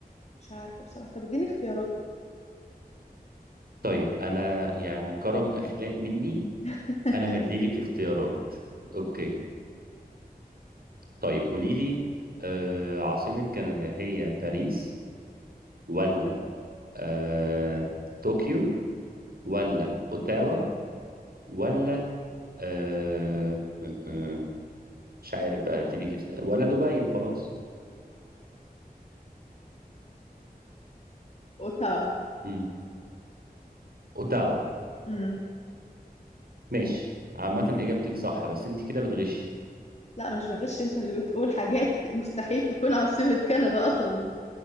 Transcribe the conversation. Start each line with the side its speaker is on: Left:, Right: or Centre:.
Left: مش عارفة بصراحة طب اديني اختيارات
Right: طيب انا يعني كرم اخلاق مني
Left: <laughs>
Right: انا هديلك اختيارات اوكي طيب قولي لي آه، عاصمة كندا هي باريس ولا آه، طوكيو ولا اوتاوا ولا آه، آه، آه، مش عارف بقى اديلك اختيار ولا دبي وخلاص
Left: اوتاوا
Right: مم. اوتاوا
Left: امم
Right: ماشي عامة إجابتك صح بس أنت كده بتغش
Left: لا مش بغش انت اللي بتقول حاجات مستحيل تكون عاصمة كندا اصلا